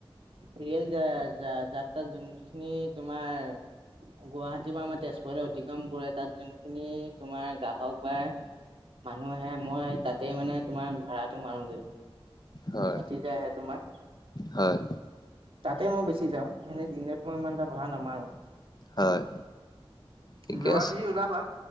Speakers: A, on the right (about 65°); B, on the left (about 45°).
A: ৰিয়েল যা যাত্ৰা যোনখিনি তোমাৰ গুৱাহাটী বা আমাৰ তেজপুৰলৈ অতিক্ৰম কৰে তাত যোনখিনি তোমাৰ গ্ৰাহক বা মানুহ আহে মই তাতেই মানে তোমাৰ ভাড়াটো মাৰোগে
B: হয়
A: ৰাতি যে আহে তোমাৰ।
B: হয়।
A: তাতে মই বেছি যাওঁ এনেই দিনত মই ইমান এটা ভাঢ়া নামাৰো।
B: হয়, ঠিকে
A: যোৱা
B: আছে।
A: যদি ওলাবা